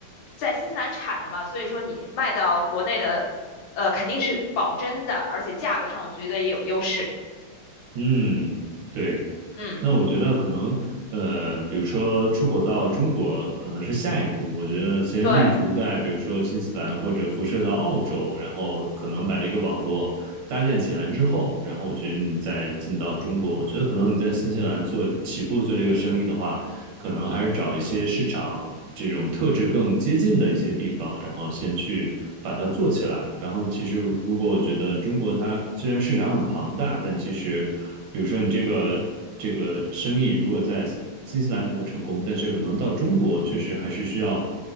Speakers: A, on the left; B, on the right.
A: 在新西兰产的嘛，所以说你卖到国内的呃，肯定是保真的，而且价格上我觉得也有优势。
B: 嗯，对。
A: 嗯，
B: 那我觉得可能，呃，比如说出口到中国可能是下一步，我觉得先立足在比如说新西兰或者辐射到澳洲，
A: 对，
B: 然后可能把这个网络搭建起来之后，然后我觉得你再进到中国，我觉得可能你在新西兰做起步做这个生意的话。可能还是找一些市场这种特质更接近的一些地方，然后先去把它做起来。然后其实如果我觉得中国它虽然市场很庞大，但其实比如说你这个这个生意如果在新西兰能够成功，但是可能到中国确实还是需要。